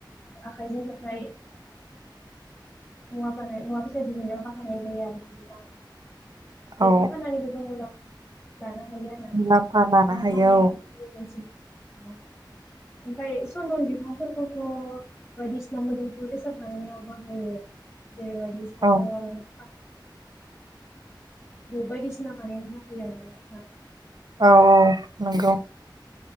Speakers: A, on the left (about 30°); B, on the right (about 60°).
A: आखाइजों हेबनाय मुवा बानाय मुवा बेसाद दिहुननायाव बाहायनाय जायो आरो दा
B: औ
A: बेखौ फाननानैबो जों उनाव मुलाम्फा लानो हायो आरो
B: मुलाम्फा लानो
A: रां
B: हायो
A: खामायनानैै ओमफ्राय सन्दन बिफांफोरखौथ' बायदिसिना मोदोमफोरु बेसाद बानायनायाव बाहायो जेरै बादि साबोन
B: औ
A: बायदिसिना बानाय होैयो आरो ना नोंथां
B: औ औ नंगौ